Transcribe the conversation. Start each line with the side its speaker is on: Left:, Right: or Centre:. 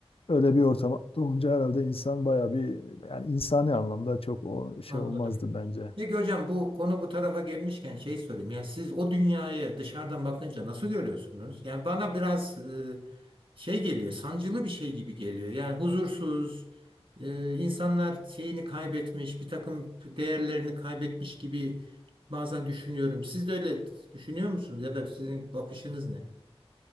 Left: öyle bir ortam doğunca herhalde insan bayağı bir yani insani anlamda çok o şey
Right: Anladım.
Left: olmazdı bence.
Right: Peki hocam bu konu bu tarafa gelmişken şey sorayım. Yani siz o dünyayı dışarıdan bakınca nasıl görüyorsunuz? Yani bana biraz e, şey geliyor, sancılı bir şey gibi geliyor. Yani huzursuz, e, insanlar şeyini kaybetmiş, bir takım değerlerini kaybetmiş gibi bazen düşünüyorum. Siz de öyle düşünüyor musunuz? Ya da sizin bakışınız ne?